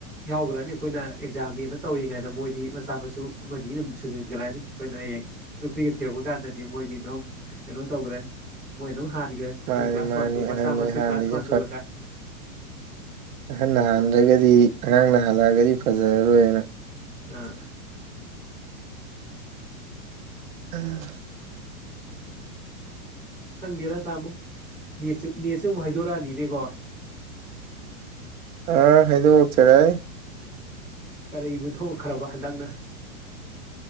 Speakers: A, in the centre; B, on the right.
A: ꯌꯥꯎꯈ꯭ꯔꯅꯤ ꯑꯩꯈꯣꯏꯅ ꯑꯦꯛꯖꯥꯝꯅꯦꯅ ꯇꯧꯔꯤꯉꯥꯏꯗ ꯃꯣꯏꯗꯤ ꯃꯆꯥ ꯃꯁꯨ ꯑꯃꯅꯤ ꯑꯗꯨꯝ ꯁꯨꯖꯟꯈ꯭ꯔꯅꯤ ꯑꯩꯈꯣꯏꯅ ꯍꯌꯦꯡ꯫ ꯅꯨꯄꯤꯒ ꯊꯤꯔꯛꯄ ꯀꯥꯟꯗꯗꯤ ꯃꯣꯏꯗꯤ ꯑꯗꯨꯝ ꯀꯩꯅꯣ ꯇꯧꯈ꯭ꯔꯅꯤ ꯃꯣꯏ ꯑꯗꯨꯝ ꯍꯥꯟꯈ꯭ꯔꯅꯤ꯫
B: ꯃꯥꯅꯤ
A: ꯍꯣꯏ ꯀ꯭ꯂꯥꯁ
B: ꯃꯥꯅꯤ
A: ꯋꯥꯟ
B: ꯑꯍꯟ
A: ꯃꯁꯥ ꯃꯁꯁꯨ
B: ꯑꯣꯏ ꯍꯥꯟꯅꯗꯒꯤ
A: ꯀ꯭ꯂꯥꯁ ꯋꯟ ꯇꯨ
B: ꯑꯍꯜ ꯅꯍꯜꯗꯒꯗꯤ ꯑꯉꯥꯡ ꯅꯍꯜꯂꯛꯑꯒꯗꯤ ꯐꯖꯔꯔꯣꯏꯅ꯫
A: ꯑꯥ꯫
B: ꯎꯝ꯫
A: ꯈꯪꯗꯦꯅ ꯇꯥꯃꯣ ꯅꯦꯠꯁꯨ ꯅꯦꯠꯁꯨ ꯑꯃꯨꯛ ꯍꯥꯏꯗꯣꯔꯛꯑꯅꯤꯅꯦꯀꯣ꯫
B: ꯑꯥ ꯍꯥꯏꯗꯣꯛꯆꯔꯥꯛꯑꯅꯤ꯫
A: ꯀꯔꯤꯕꯨ ꯊꯣꯛꯈ꯭ꯔꯕ ꯍꯟꯗꯛꯅ꯫